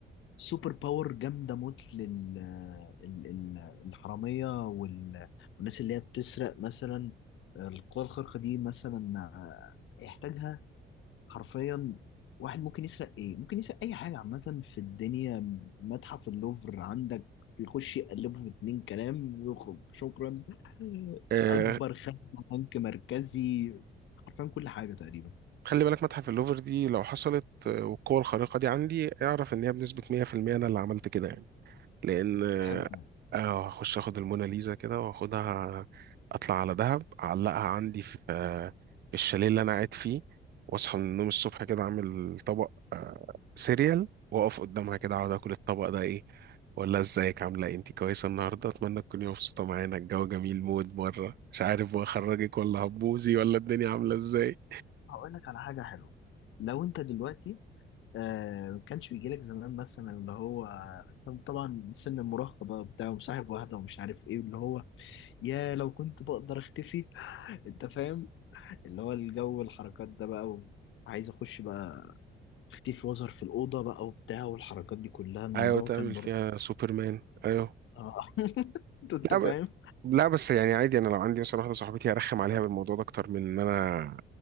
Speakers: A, on the left; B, on the right.
A: سوبر باور جامده موت لل آه، ال- ال- الحراميه وال... والناس اللي هي بتسرق مثلا آه، القوى الخارقه دي مثلا آه، يحتاجها حرفيا واحد ممكن يسرق ايه ممكن يسرق اي حاجه عامه في الدنيا متحف اللوفر عندك يخش يقلبه في اتنين كلام ويخرج شكرا
B: آه
A: اكبر خدمه بنك مركزي حرفيا كل حاجه تقريبا
B: خلي بالك متحف اللوفر دي لو حصلت آه، والقوه الخارقه دي عندي اعرف ان هي بنسبه 100% انا اللي عملت كده يعني لان
A: تحب
B: اه هخش اخد الموناليزا كده واخدها اطلع على دهب اعلقها عندي في آه، في الشاليه اللي انا قاعد فيه واصحى من النوم الصبح كده اعمل طبق آه، سيريال واقف قدامها كده اقعد اكل الطبق ده ايه ولا ازيك عامله ايه انت كويسه النهارده اتمنى تكوني مبسوطه معانا الجو جميل مود بره مش عارف واخرجك ولا هبوزي ولا الدنيا عامله ازاي
A: هقول لك على حاجه حلوه لو انت دلوقتي آه، ما كانش بيجي لك زمان مثلا اللي هو آه، طبعا سن المراهقه بقى بتاع ومصاحب واحده ومش عارف ايه اللي هو يا لو كنت بقدر اختفي <laughs> انت فاهم اللي هو الجو الحركات ده بقى وعايز اخش بقى اختفي واظهر في الاوضه بقى وبتاع والحركات دي كلها الموضوع
B: ايوه تعمل
A: كان برضه
B: فيها سوبرمان ايوه
A: اه <laughs> انت أنت
B: لا
A: فاهم
B: لا بس يعني عادي انا لو عندي مثلا واحده صاحبتي هرخم عليها بالموضوع ده اكتر من ان انا